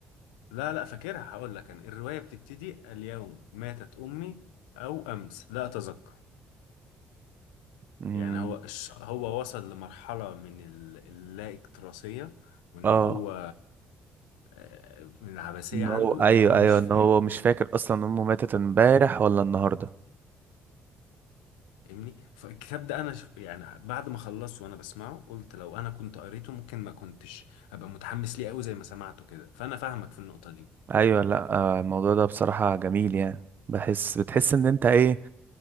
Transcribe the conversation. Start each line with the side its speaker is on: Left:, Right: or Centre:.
Left: لا لا فاكرها هقول لك انا الروايه بتبتدي اليوم ماتت امي او امس لا اتذكر
Right: امم
Left: يعني هو الش... هو وصل لمرحله من ال- اللا اكتراثيه وان
Right: اه
Left: هو آه، من العبثيه
Right: ان
Left: عنده
Right: هو ايوه
Left: ان هو
Right: ايوه
Left: مش
Right: ان
Left: فاكر
Right: هو مش فاكر اصلا امه ماتت امبارح ولا النهارده
Left: فاهمني فالكتاب ده انا ش... يعني بعد ما خلصته وانا بسمعه قلت لو انا كنت قريته ممكن ما كنتش ابقى متحمس ليه قوي زي ما سمعته كده فانا فاهمك في النقطه دي
Right: ايوه لا آه، الموضوع ده بصراحة جميل يعني بحس بتحس
Left: امم
Right: ان انت ايه